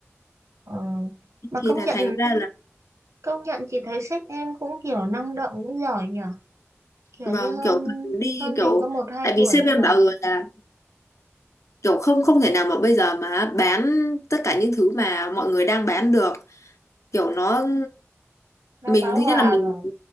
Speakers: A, on the right (about 80°); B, on the left (about 80°).
A: Ờ, mà
B: thì
A: công
B: là
A: nhận,
B: thành ra là
A: công nhận chị thấy sếp em cũng kiểu năng động cũng giỏi nhỉ, kiểu
B: vâng
A: như hơn
B: kiểu thường đi
A: hơn
B: kiểu
A: mình có một hai
B: tại
A: tuổi
B: vì sếp
A: thôi
B: em
A: mà,
B: bảo rồi là kiểu không không thể nào mà bây giờ mà bán tất cả những thứ mà mọi người đang bán được kiểu nó
A: nó
B: mình
A: bão
B: thứ nhất
A: hòa
B: là mình
A: rồi.